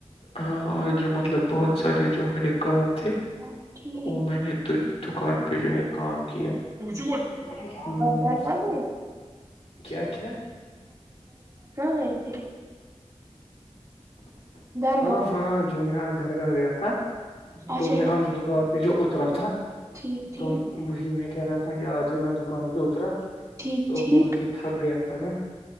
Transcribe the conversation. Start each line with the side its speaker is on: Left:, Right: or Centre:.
Left: ہاں اور جو مطلب بہت سارے جو میرے کام تھے
Right: ہاں، ٹھیک
Left: وہ میں نے دکان پہ جو ہے کام کیا ہوں
Right: ش
Left: ہوں
Right: دروازے
Left: کیا کیا
Right: گئے تھے درگاہ
Left: ہاں ہاں جو میں آج درگاہ گیا تھا تو
Right: اچھا
Left: میں آج دکان پہ جو اترا تھا
Right: ٹھیک ٹھیک
Left: تو وہی میں کہہ رہا تھا کہ آ جب میں دکان پہ اترا
Right: ٹھیک
Left: تو
Right: ٹھیک
Left: بہت ہی تھک گیا تھا میں